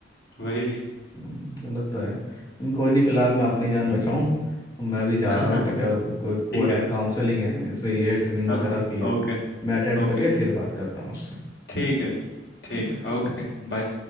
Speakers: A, on the left (about 60°); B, on the left (about 20°).
A: वही
B: हम्म, गलत तो है लेकिन कोई नहीं फिलहाल मैं अपनी जान
A: <laughs>
B: बचाऊं मैं भी जा
A: हाँ
B: रहा हूँ
A: हाँ
B: एक, अ, कोई
A: ठीक
B: वो
A: है
B: है काउंसलिंग है इसमें ये ट्रेनिंग
A: हाँ
B: वगैरह
A: हाँ
B: की है
A: ओके
B: मैं अटेम्प्ट
A: ओके
B: करके फिर बात करता हूँ उससे
A: ठीक है ठीक
B: हम्म,
A: है ओके
B: bye।
A: बाय